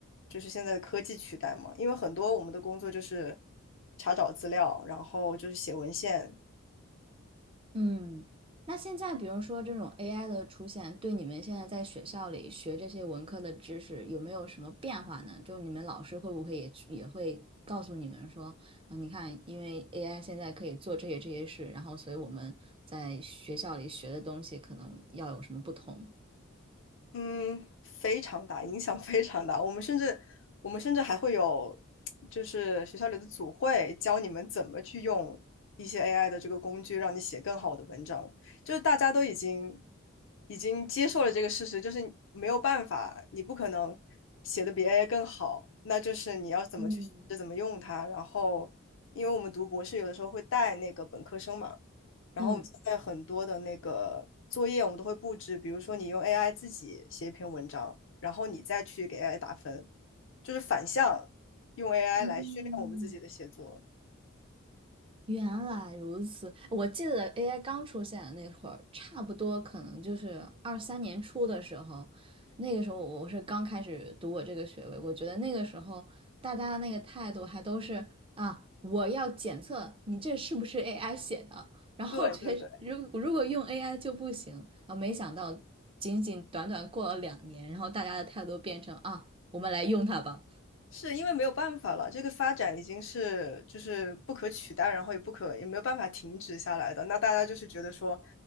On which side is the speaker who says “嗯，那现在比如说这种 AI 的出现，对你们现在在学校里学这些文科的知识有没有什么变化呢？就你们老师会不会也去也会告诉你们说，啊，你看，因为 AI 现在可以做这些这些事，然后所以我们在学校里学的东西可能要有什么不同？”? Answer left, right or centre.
Right